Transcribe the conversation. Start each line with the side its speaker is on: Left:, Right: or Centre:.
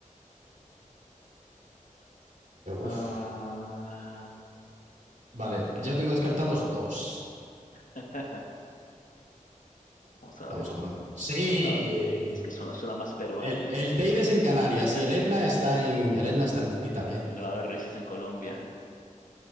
Left: Ah,
Right: uf. Vale,
Left: bueno,
Right: yo tengo descartados dos.
Left: <laughs> vamos a
Right: Vamos
Left: ver.
Right: a poner. ¡Sí!
Left: Ah, Ok, es que suena, suena más peruano,
Right: El, el
Left: ¿eh?
Right: Teide
Left: <laughs>
Right: es en Canarias y el Etna está en. El Etna está en Italia.
Left: El nevado de risas en Colombia.